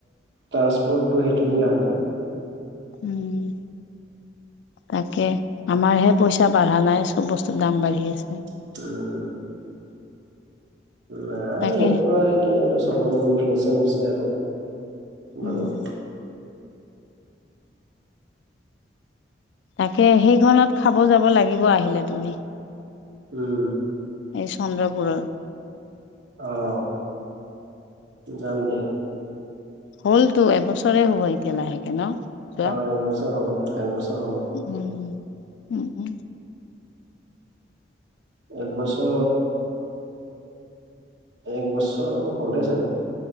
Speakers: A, on the right; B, on the left.
A: ট্ৰান্সপৰ্টটো সেইটো দিয় হয় ন।
B: উম। তাকে আমাৰহে পইচা বাঢ়া নাই চব বস্তু দাম বাঢ়ি আছে।
A: উম। নাই
B: তাকে
A: এইটো আৰু কি আৰু সবৰে ইনফ্লেচন হৈছে আৰু। মানে।
B: উম তাকে সেইখনত খাব যাব লাগিব আহিলে তুমি।
A: উম।
B: এই চন্দ্ৰপুৰৰ।
A: আহ যাম দিয়া।
B: হ'লতো এবছৰে হ'ব এতিয়া লাহেকে ন। যোৱা
A: অ এক বছৰ হ'ল একবছৰ। হ'ল
B: উম উম উম।
A: এক বছৰ এক বছৰ হ'লে চাগে।